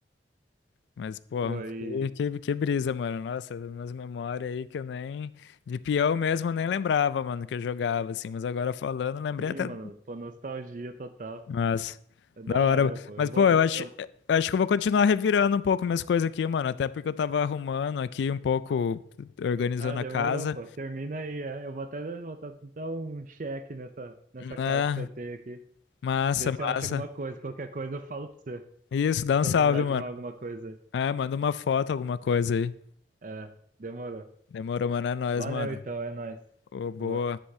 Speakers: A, on the left; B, on the right.
A: Mas, pô,
B: Pô, aí.
A: que, que, que brisa, mano. Nossa, umas memórias aí que eu nem. De peão mesmo eu nem lembrava, mano, que eu jogava, assim. Mas agora falando, lembrei
B: Sim,
A: até.
B: mano. Pô, nostalgia total.
A: Mas,
B: É da
A: da hora.
B: hora, pô. Eu
A: Mas,
B: vou.
A: pô, eu
B: Eu,
A: acho,
B: eu...
A: eu acho que eu vou continuar revirando um pouco minhas coisas aqui, mano. Até porque eu tava arrumando aqui um pouco, organizando
B: Ah, demorou,
A: a casa,
B: pô. Termina aí, é. Eu vou até, vou até dar um check nessa, nessa
A: né?
B: caixa que eu tenho aqui.
A: Massa,
B: Ver
A: massa.
B: se eu acho alguma coisa. Qualquer coisa eu falo pra você.
A: Isso,
B: Se
A: dá um salve,
B: eu lembrar
A: mano.
B: de mais alguma coisa.
A: É, manda uma foto, alguma coisa aí.
B: É, demorou.
A: Demorou, mano. É nóis,
B: Valeu
A: mano.
B: então, é nóis.
A: Ô, boa.
B: Boa.